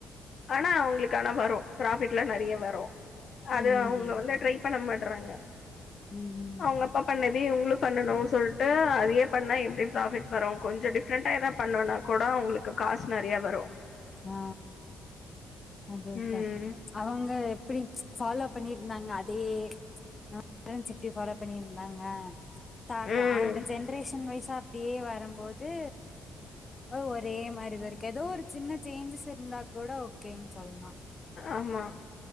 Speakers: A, on the left (about 50°); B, on the left (about 25°).
A: ஆனா அவங்களுக் ஆனா வரு ப்ராஃபிட்லா நெறய வரு அது
B: ம்
A: அவுங்க வந்து ட்ரைப் பண்ண மாட்றாங்க
B: ம்
A: அவங்க அப்பா பண்ணத் தே இவ்ங்களு பண்ணனு சொல்ட்டு அதயே பண்ணா எப்டி ப்ராஃபிட் வரூ கொஞ்ச டிஃப்ரண்டா எதா பண்ணோன்னா கூட அவ்ங்களுக்கு காஸ் நெறய வரு
B: ஆ அது
A: ம்.
B: கர்ட்டுதா அவ்ங்க எப்டி ச் ஃபாலோ பண்ணிர்ந்தாங்க அதே <inaudible> எப்டி ஃபாலோ பண்ணிர்ந்தாங்க தாத்தா
A: ம்.
B: அவங்க ஜென்ரேஷன் வய்சா அப்டியே வரம்போது ஒ ஒரே மாரி இது வரிக்கு எதோ ஒரு சின்ன சேஞ்சஸ் இர்ந்தா கூட ஓகேன் சொல்லலா
A: ஆமா